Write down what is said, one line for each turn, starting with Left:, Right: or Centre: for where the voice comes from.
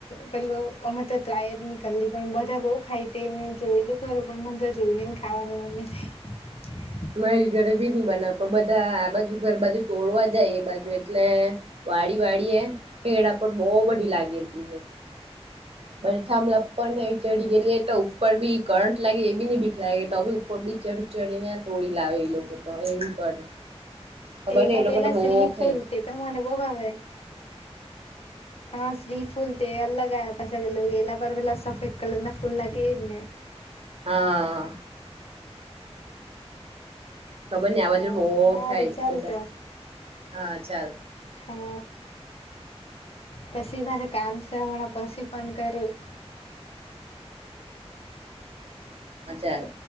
Left: પેલું અમે તો ત્રાય જ નની કર પણ બધા બઉ ખાય તે જોયલું ખરું પણ મને તો જોઈને ને ખાવાનું મન નહીં થાય.
Right: મારી ઘરે બી ની બનાવ પણ બધા આ બાજુ ઘર બાજુ તોડવા જાય એ બાજુ એટલે વાળી વાળી એ ખેળ પણ બહુ બધી લાગેલી હૈ. બધ થામ લપડ ને ચઢી ગયલી તો ઉપર બી કરંટ લાગે એ બી ન બીખ લાગે તો ઉપર બી ચઢ ચડી ને તોડી લાવે એ લોકો તો એવું કરે. ખબર
Left: તે
Right: ને
Left: તો
Right: એ લોકો
Left: પેલા
Right: બહુ
Left: શ્રી
Right: ખાય
Left: ફૂલ તે તો મને બહુ ભાવે. હા સ્ત્રી ફૂલ તે અલગ આવ પાછ પેલ વેલા પર પેલા સફેદ કલર ના ફૂલ લાગે જ ને?
Right: હા. ખબર
Left: હા
Right: નહીં આ બાજુ બહ
Left: હારું
Right: ખાય
Left: ચાલ
Right: બધા
Left: તો.
Right: હા. ચાલ
Left: હો. કસી મારે કામ છે હમણાં, પછી ફોન કરું.
Right: હા, ચાલ